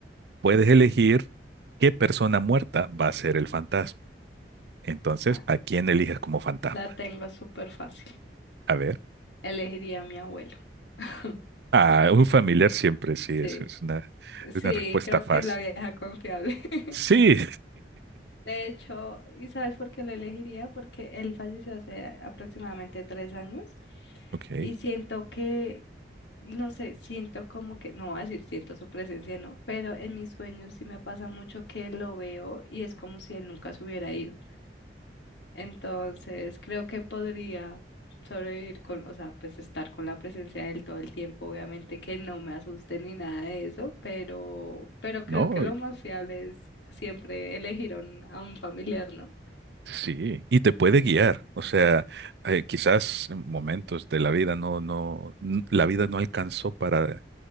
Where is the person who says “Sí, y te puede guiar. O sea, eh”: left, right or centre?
Right